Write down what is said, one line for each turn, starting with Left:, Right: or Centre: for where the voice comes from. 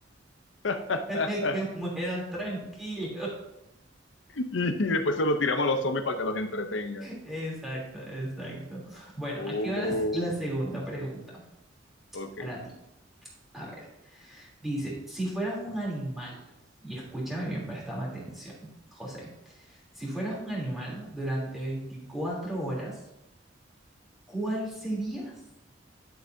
Left: <laughs>
Centre: <laughs> que mueran tranquilos.
Left: Y después se lo tiramos a los zombies para que los entretengan.
Centre: Exacto, exacto. Bueno,
Left: Oh,
Centre: aquí va la, s- la segunda pregunta
Left: ok.
Centre: para ti. A ver, dice, si fueras un animal, y escúchame bien, préstame atención, José, si fueras un animal durante 24 horas, ¿cuál serías